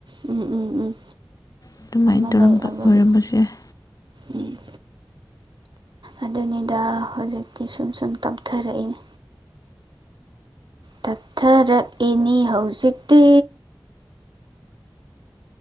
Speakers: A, on the right; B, on the left.
A: ꯎꯝ ꯎꯝ ꯎꯝ
B: ꯑꯗꯨꯃꯥꯏ
A: ꯑꯃ
B: ꯇꯧꯔꯝꯕ
A: ꯂꯩꯔꯛꯑꯕꯒꯤ
B: ꯑꯣꯏꯔꯝꯕꯁꯨ ꯌꯥꯏ꯫
A: ꯎꯝ ꯑꯗꯨꯅꯤꯗ ꯍꯧꯖꯤꯛꯇꯤ ꯁꯨꯝ ꯁꯨꯝ ꯇꯞꯊꯔꯛꯏꯅꯤ ꯇꯞꯊꯔꯛꯏꯅꯤ ꯍꯧꯖꯤꯛꯇꯤ꯫